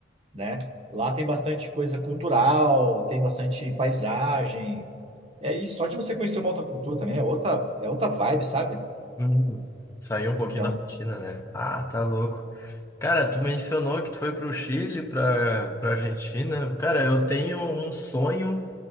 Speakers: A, on the right; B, on the left.
A: né? Lá tem bastante coisa cultural, tem bastante paisagem. É, e só de você conhecer uma outra cultura também é outra, é outra vibe, sabe?
B: Hum, Saiu um pouquinho
A: Então,
B: da rotina, né? Ah, tá louco. Cara, tu mencionou que tu foi pro Chile, pra, pra Argentina. Cara, eu tenho um sonho.